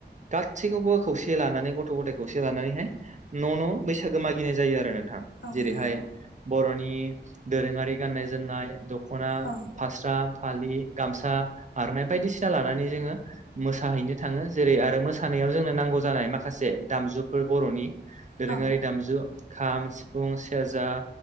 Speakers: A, on the right; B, on the left.
A: गासैखौबो खौसे लानानै गथ' गथायाइ खौसे लानानैहाय न' न' ब सागो मागिनाय जायो आरो नो थखं
B: औ
A: जेरैहाय
B: नंगौ
A: बर'नि दोरोङारि गाननाय जोमनाय दख ख'ना
B: औ
A: फास्रा फालि गामसा आर'नाइ बायदिसिना लानानै जोङो। मोसाहैनो थाङो जेरै आरो मोसानायाव जोंनो नांगौ जानाय माखासे दामजु फोर बर'नि दोरोङारि
B: औ
A: दामजु। खाम सिफुं सेरजा